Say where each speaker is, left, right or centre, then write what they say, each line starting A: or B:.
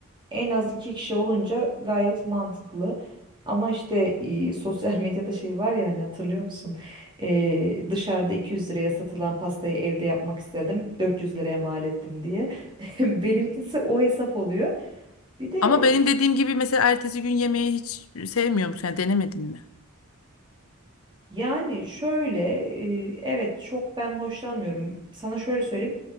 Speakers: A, on the right; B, on the left.
A: En az iki kişi olunca gayet mantıklı. Ama işte e, <laughs> sosyal medyada şey var ya hani hatırlıyor musun? E, dışarıda 200 liraya satılan pastayı evde yapmak istedim. 400 liraya mal ettim diye. <laughs> Benimkisi o hesap oluyor. Bir de
B: Ama benim dediğim gibi mesela ertesi gün yemeği hiç sevmiyor musun? Yani denemedin mi?
A: yani şöyle e, evet çok ben hoşlanmıyorum. Sana şöyle söyleyeyim.